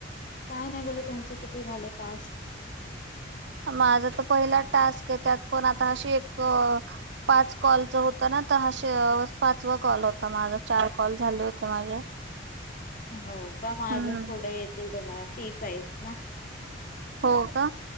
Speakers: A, on the left; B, on the right.
A: काय नाही बोलले तुमचे किती झाले टास्क?
B: माझा तर पहिला टास्क आहे त्यात पण आता अशी एक पाच कॉलच होत ना आता हा शे पाचवा कॉल होता माझा चार कॉल झाले होते माझे
A: हम्म बरं बगा
B: हम्म
A: अजून पुढे येतील तुम्हाला तीस आहेत ना
B: हो का